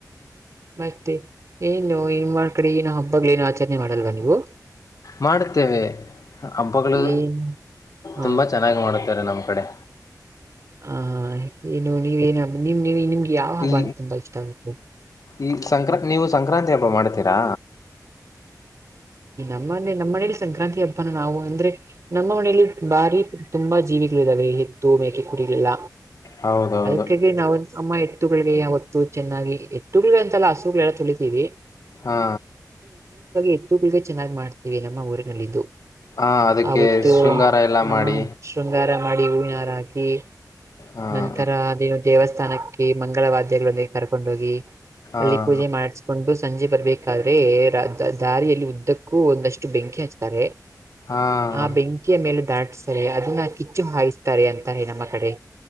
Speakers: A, on the right; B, on the left.
A: ಮತ್ತೆ ಏ ಇನ್ನು ಇನ್ಳ ಕಡೆ ಇ ಹಬ್ಬಗ್ಏನು ಆಚರಣೆ ಮಾಡಲ್ವ ನೀವು
B: ಮಾಡುತ್ತೇವೆ ಹಬ್ಬಗಳು
A: ಏನ್ ಹ
B: ತುಂಬ ಚೆನ್ನಾಗಿ ಮಾಡುತ್ತಾರೆ ನಮ ಅಡೆ
A: ಹ ಏನು ನೀವೇನ ಹಬ್ ನಿಮ್ ನೀ ನಿಮ್ಗೆ ಯಾವ ಹಬ್ಬ
B: ಈ
A: ಅಂತ ತುಂಬಾ ಇಷ್ಟ ಆಗುತ್ತೆ
B: ಈ ಸಂಕ್ರ ನೀವು ಸಂಕ್ರಾಂತಿ ಹಬ್ಬ ಮಾಡ್ತೀರಾ
A: ನನೆ ನಮ್ಮ ಮನೇಲಿ ಸಂಕ್ರಾಂತಿ ಹಬ್ಬಾನ ನಾವು ಅಂದ್ರೆ ನಮ್ಮ ಮನೆಯಲ್ಲಿ ಬಾರಿ ತುಂಬಾ ಜೀವಿಗಳು ಇದಾವೆ ತ್ತುು ಮೇಕೆ ಕುಡಿಲಿಲ್ಲ
B: ಹೌದೌದು
A: ಅದಕ್ಕಾಗಿ ನಾವು ಅಮ್ಮ ಎತ್ತುುಗಳಿಗೆ ಹೊತ್ತು ಚೆನ್ನಾಗಿ ಎಟ್ಟುಗಳಿಗೆ ಅಂತೆಲ್ಲ ಹಸುಗಳೆಲ್ಲ ತೊಳಿತೀವಿ
B: ಹಾ
A: ಎತ್ತುಗಳಿಗೆ ಚೆನ್ನ್ ಮಾಡ್ತತಿವಿ ನಮ್ಮ ಊರಿನಲ್ಲಿಿದ್ದು
B: ಹಾಂ ಅದಕ್ಕೆ
A: ಆತ್ತು
B: ಶೃಂಗಾರ ಎಲ್ಲ
A: ಹ
B: ಮಾಡಿ
A: ಶೃಂಗಾರ ಮಾಡಿ ಹೂವಿನಾರ ಹಾಕಿ
B: ಹಾಂ
A: ನಂತರ ಅದ ದೇವಸ್ಥಾನಕ್ಕೆ ಮಂಗಳ ವಾದ್ಯಗಳೊಂದಿಗೆ ಕರ್ಕೊಂಡ ಹೋಗಿ
B: ಹಾಂ
A: ಅಲ್ಲಿ ಪೂಜೆ ಮಾಡಸ್ಕೊಂಡು ಸಂಜೆ ಬರ್ಬೇಕಾದ್ರೆ ದಾರಿಯಲ್ಲಿ ಉದ್ದಕ್ಕೂ ಒಂದಷ್ಟು ಬೆಂಕಿ ಹಚ್ತಾರೆ
B: ಹಾಂ
A: ಆ ಬೆಂಕಿಯ ಮೇಲೆ ದಾಟಸ್ತಾರೆ ಅದನ್ನ ಕಿಚ್ಚು ಹಾಯಿಸ್ತಾರೆ ಅಂತಾರೆ ನಮ್ಮ ಕಡೆ